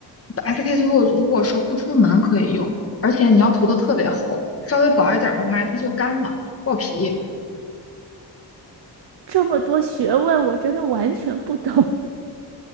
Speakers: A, on the left; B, on the right.
A: SK two 如果说不出门可以用，而且你要涂的特别厚，稍微薄一点儿的话它就干了爆皮，
B: 这么多学问，我真的完全不懂。